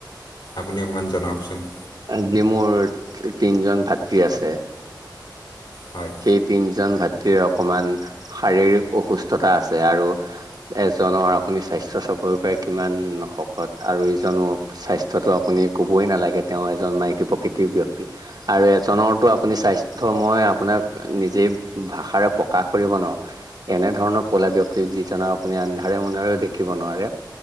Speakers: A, on the left; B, on the right.
A: আপুনি অকণমান জনাওঁকচোন?
B: আজি মোৰ তিনজন ভাতৃ আছে।
A: হয়।
B: সেই তিনজন ভাতৃৰ অকণমান শাৰীৰিক অসুস্থতা আছে আৰু এজনৰ আপুনি স্বাস্থ্য চাপৰি পাৰে কিমান শকত আৰু ইজনো স্বাস্থ্যটো আপুনি ক'বই নালাগে, তেওঁ এজন মাইকী প্ৰকৃতিৰ ব্যক্তি। আৰু এজনৰতো আপুনি স্বাস্থ্যময় আপোনাক নিজেই ভাষাৰে প্ৰকাশ কৰিব ন। এনেধৰণৰ ক'লা ব্যক্তি যিজনা আপুনি আন্ধাৰে-মন্ধাৰেও দেখিব নোৱাৰে।